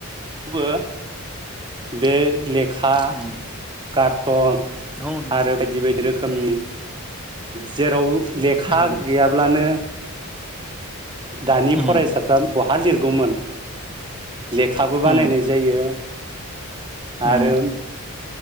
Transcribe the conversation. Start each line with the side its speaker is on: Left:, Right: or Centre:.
Right: बो बे लेखा
Centre: उम
Right: कार्टन
Centre: औ नंगौ
Right: आरो बायदि बायदि रोखोमनि
Centre: उम
Right: जेराव लेखा
Centre: उम
Right: गैयाब्लानो दानि
Centre: उम
Right: फरायसाफ्रा बहा लिरगौमोन खाबो बानायनाय
Centre: उम
Right: जायो
Centre: उम
Right: आरो